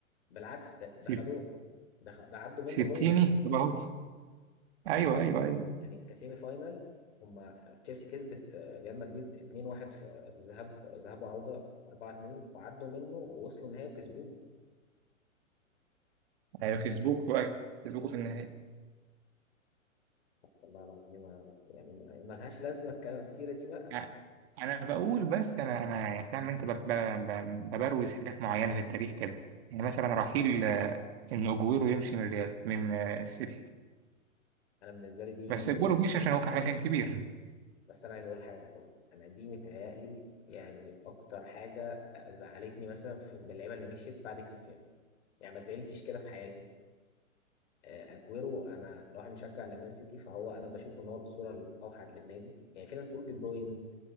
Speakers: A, on the left; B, on the right.
A: بالعكس ده ده
B: سيب
A: خدوه ده خ- ده عدوا منه
B: سبتيني
A: هو
B: طب اهو ايوه
A: يعني هو
B: ايوه ايوه
A: يعني كسيمي فاينال هما تشيلسي كسبت آه، ريال مدريد 2-1 في ذهاب ذهاب وعودة 4-2 وعدوا منه ووصلوا النهائي وكسبوه
B: ايوه كسبوك بقى كسبوكوا في النهائي
A: والله العظيم يا رب يعني ما ما لهاش لازمة الكلام السيرة دي بقى
B: يعني انا بقول بس انا انا يعني فاهم انت بب- بب- ببروز حاجات معينة في التاريخ كده يعني مثلا رحيل آه، ان اجويرو يمشي من ريال من آه، السيتي
A: أنا بالنسبة لي دي
B: بس اجويرو مش عشان هو كان كان كبير
A: بس أنا عايز أقول حاجة أنا دي متهيألي يعني أكتر حاجة زعلتني مثلا في من اللعيبة اللي مشيت بعد كريستيانو يعني ما زعلتش كده في حياتي آه، اجويرو انا لو واحد مشجع لمان سيتي فهو انا بشوف ان هو الاسطوره الاوحد للنادي يعني في ناس بتقول دي بروين